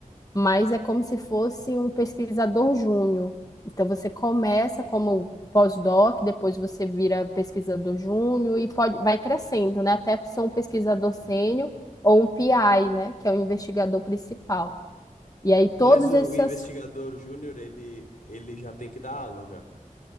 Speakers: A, on the left; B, on the left.
A: mas é como se fosse um pesquisador júnior. Então você começa como pós-doc, depois você vira pesquisador júnior e pode, vai crescendo, né? Até ser um pesquisador sênior ou um PI, né? Que é o investigador principal. E aí todas
B: Mas o
A: essas,
B: investigador júnior, ele, ele já tem que dar aula já.